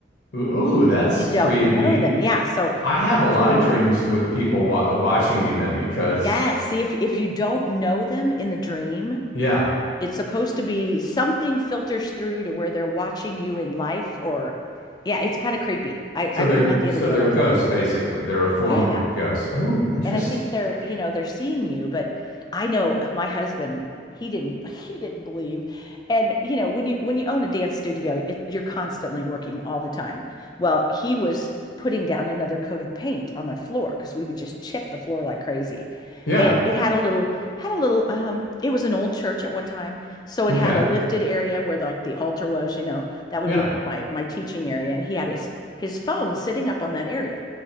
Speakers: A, on the left; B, on the left.
A: Ooh, ooh, that's
B: If you don't
A: creepy.
B: know them. Yeah. So
A: I
B: if
A: have
B: you
A: a
B: dream
A: lot of dreams
B: something.
A: with people wa uh, watching me then because
B: Yeah, see if if you don't know them in the dream,
A: yeah.
B: it's supposed to be something filters through to where they're watching you in life or yeah, it's kind of creepy. I
A: So
B: I learned
A: they're
B: that the
A: so
B: other day
A: they're
B: and I was
A: ghosts
B: like, "Oh,
A: basically. They're a form
B: yeah."
A: of ghosts. Oh, interesting.
B: and I think they're,
A: Okay.
B: you know, they're seeing you, but I know my husband, he didn't <laughs> he didn't believe. And you know, when you when you own a dance studio, it, you're constantly working all the time. Well, he was putting down another coat of paint on their floor because we would just chip the floor like crazy.
A: Yeah.
B: Yeah. And it had a little had a little um it was an old church at one time, so it
A: Okay.
B: had a lifted area where like the altar was, you know, that would
A: Yeah.
B: be like my my teaching area and he had his his phone sitting up on that area